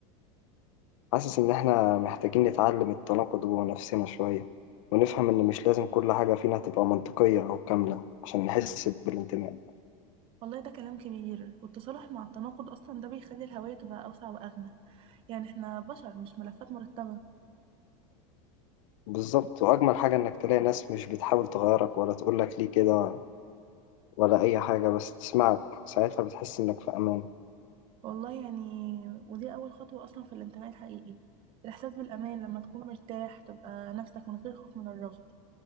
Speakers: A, on the left; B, on the right.
A: حاسس إن إحنا محتاجين نتعلم التناقض جوه نفسنا شوية ونفهم إن مش لازم كل حاجة فينا تبقى منطقية أو كاملة عشان نحس بالانتماء
B: والله ده كلام كبير والتصالح مع التناقض أصلا ده بيخلي الهوية تبقى أوسع وأغنى يعني احنا بشر مش ملفات مرتبة
A: بالظبط وأجمل حاجة إنك تلاقي ناس مش بتحاول تغيرك ولا تقولك ليه كده ولا أي حاجة بس تسمعك ساعتها بتحس إنك في أمان
B: والله يعني ودي أول خطوة أصلا في الانتماء الحقيقي الإحساس بالأمان لما تكون مرتاح تبقى نفسك من غير خوف من الرفض